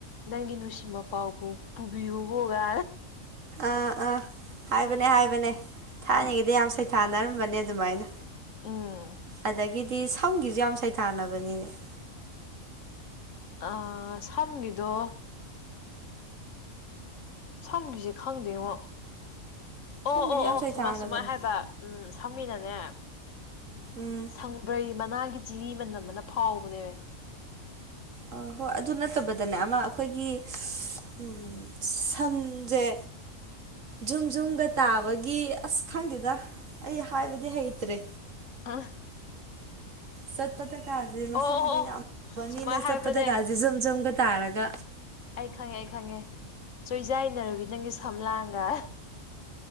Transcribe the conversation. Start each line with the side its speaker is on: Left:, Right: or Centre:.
Left: ꯅꯪꯒꯤ ꯅꯨꯡꯁꯤ ꯃꯄꯥꯎꯕꯨ ꯄꯨꯕꯤꯌꯨꯕꯣꯒ
Right: ꯑꯥ ꯑꯥ ꯍꯥꯏꯕꯅꯦ ꯍꯥꯏꯕꯅꯦ ꯊꯥꯏꯅꯉꯩꯗ ꯌꯥꯝ ꯁꯩꯊꯥꯅꯔꯝꯕꯅꯦ ꯑꯗꯨꯃꯥꯏꯅ
Left: ꯎꯝ
Right: ꯑꯗꯒꯤꯗꯤ ꯁꯝꯒꯤꯁꯨ ꯌꯥꯝ ꯁꯩꯊꯥꯅꯕꯅꯤꯅꯦ ꯫
Left: ꯑ ꯁꯝꯒꯤꯗꯣ ꯁꯝꯒꯤꯁꯦ ꯈꯪꯗꯦꯉꯣ ꯑꯣ
Right: ꯁꯝꯒꯤꯁꯨ
Left: ꯑꯣ
Right: ꯌꯥꯝ
Left: ꯑꯣ
Right: ꯁꯩꯊꯥꯅꯕꯅꯤ
Left: ꯁꯨꯃ ꯁꯨꯃꯥꯏ ꯍꯥꯏꯕ ꯎꯝ ꯁꯃꯒꯤꯅꯅꯦ
Right: ꯎꯝ
Left: ꯁꯪꯕ꯭ꯔꯩ ꯃꯅꯥꯒꯤ ꯆꯤꯍꯤ ꯃꯅꯝ ꯃꯅ ꯐꯥꯎꯕꯅꯦꯕ
Right: ꯑ ꯍꯣꯏ ꯑꯗꯨ ꯅꯠꯇꯕꯗꯅꯦ ꯑꯃ ꯑꯩꯈꯣꯏꯒꯤ ꯎ ꯁꯝꯖꯦ ꯖꯨꯝ ꯖꯨꯝꯒ ꯇꯥꯕꯒꯤ ꯑꯁ ꯈꯪꯗꯦꯗ ꯑꯩ ꯍꯥꯏꯕꯗꯤ ꯍꯩꯇ꯭ꯔꯦ
Left: <unintelligible>
Right: ꯆꯠꯄꯗꯀꯥꯁꯦ ꯃꯁꯝꯗꯣ
Left: ꯑꯣ ꯑꯣ
Right: ꯌꯥꯝꯕ
Left: ꯁꯨꯃꯥꯏꯅ
Right: ꯃꯤꯅ
Left: ꯍꯥꯏꯕꯅꯦ
Right: ꯆꯠꯄꯗꯀꯥꯁꯦ ꯖꯨꯝ ꯖꯨꯝꯒ ꯇꯥꯔꯒ
Left: ꯑꯩ ꯈꯪꯉꯦ ꯑꯩ ꯈꯪꯉꯦ ꯆꯣꯏꯖꯩꯏꯅꯔꯕꯤ ꯅꯪꯒꯤ ꯁꯝꯂꯥꯡꯒ